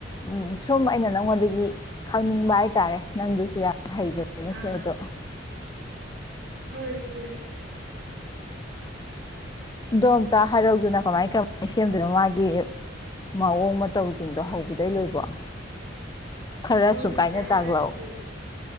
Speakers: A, on the left; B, on the right.
A: ꯎꯝ ꯁꯨꯝ ꯑꯩꯅ ꯅꯪꯉꯣꯟꯗꯒꯤ ꯈꯪꯅꯤꯡꯕ ꯍꯥꯏꯇꯥꯔꯦ ꯅꯪꯗꯨꯁꯨ ꯌꯥꯝ ꯍꯩꯕꯅꯤꯅ
B: ꯑꯥ
A: ꯁꯤꯟꯕꯗꯣ
B: ꯍꯣꯏ ꯏꯆꯦ
A: ꯗꯣꯝꯇ ꯍꯥꯏꯔꯧꯗꯅꯥ ꯀꯃꯥꯏ ꯀꯃꯥꯏ ꯁꯦꯝꯗꯨꯏꯅꯣ ꯃꯥꯒꯤ ꯃꯋꯣꯡ ꯃꯇꯧꯖꯤꯡꯗꯣ ꯍꯧꯕꯗꯩ ꯂꯣꯏꯕꯧ ꯈꯔ
B: ꯍꯣꯏ
A: ꯁꯨꯒꯥꯢꯅ
B: ꯏꯆꯦ ꯍꯥꯏꯔꯛꯀꯦ
A: ꯇꯥꯛꯂꯧ